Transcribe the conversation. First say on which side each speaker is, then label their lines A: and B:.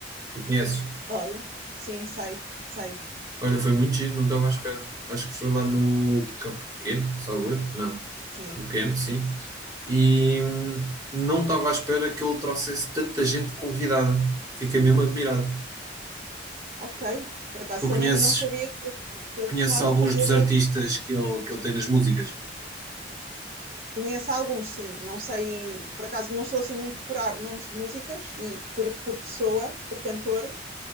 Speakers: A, on the right (about 20°); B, on the right (about 45°).
A: Tu conheces?
B: Olha, sim, sei, sei,
A: Olha, foi muito giro, não estava à espera. Acho que foi lá no Campo Pequeno, salvo erro. Não,
B: sim.
A: Campo Pequeno, sim. E hum, não estava à espera que ele trouxesse tanta gente convidada. Fiquei mesmo admirado.
B: Ok. Por acaso
A: Tu
B: também
A: conheces,
B: não sabia que ele, que ele
A: conheces
B: costumava
A: alguns
B: fazer
A: dos artistas
B: eh,
A: que ele, que ele tem nas músicas?
B: Conheço alguns, sim. Não sei, por acaso não sou assim muito de curar nomes de músicas e por, por pessoa, por cantor,